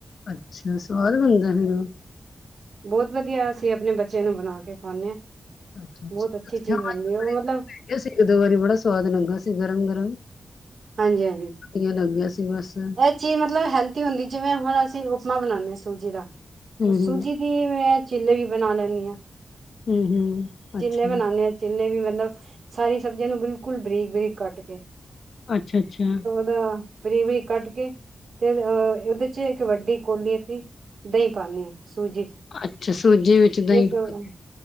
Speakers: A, on the left; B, on the right.
A: ਅੱਛਾ, ਸਵਾਦ ਬਣਦਾ ਨਾ?
B: ਬਹੁਤ ਵਧੀਆ ਅਸੀਂ ਆਪਣੇ ਬੱਚਿਆਂ ਨੂੰ ਬਣਾ ਕੇ ਖਵਾਨੇ ਆ
A: ਅੱਛਾ-ਅੱਛਾ
B: ਬਹੁਤ ਅੱਛੀ
A: ਅਸੀਂ
B: ਚੀਜ਼
A: ਹਾਂ
B: ਬਣਦੀ
A: ਇੱਕ ਵਾਰੀ
B: ਹੈ ਉਹ ਮਤਲਬ
A: ਬਣਾਇਆ ਸੀ ਇੱਕ ਦੋ ਵਾਰੀ ਬੜਾ ਸਵਾਦ ਲੱਗਾ ਸੀ, ਗਰਮ-ਗਰਮ।
B: ਹਾਂਜੀ-ਹਾਂਜੀ।
A: ਟਟੀਆਂ ਲਗ ਗਿਆ ਸੀ ਬਸ। ਹੂੰ
B: ਚੀਜ਼ ਮਤਲਬ ਹੈਲਦੀ ਹੁੰਦੀ। ਜਿਵੇਂ ਹੁਣ ਅਸੀਂ ਉਪਮਾ ਬਣਾਉਦੇ ਹਾਂ ਸੂਜੀ ਦਾ ਉਹ ਸੂਜੀ
A: ਹੂੰ
B: ਦੀ ਮੈਂ ਚਿੱਲੇ ਵੀ ਬਣਾ ਲੈਂਨੀ ਹਾਂ।
A: ਹੂੰ ਹੂੰ
B: ਚਿੱਲੇ
A: ਅੱਛਾ
B: ਬਣਾਨੇ ਆ ਜਿੰਨੇ ਵੀ ਮਤਲਬ ਸਾਰੀ ਸਬਜ਼ੀਆਂ ਨੂੰ ਬਿਲਕੁਲ ਬਰੀਕ ਬਰੀਕ ਕੱਟ ਕੇ।
A: ਅੱਛਾ-ਅੱਛਾ।
B: ਤਾਂ ਬਾਰੀਕ ਬਾਰੀਕ ਕੱਟ ਕੇ ਤੇ ਅਹ ਉਹਦੇ ਚ ਇੱਕ ਵੱਡੀ ਕੋਲੀ ਅਸੀਂ ਦਹੀਂ ਪਾਨੀ ਏ ਸੂਜੀ ਚ।
A: ਅੱਛਾ ਸੂਜੀ ਵਿੱਚ ਦਹੀਂ
B: ਬਾਰੀਕ ਕਰਨਾ?
A: ਪਾ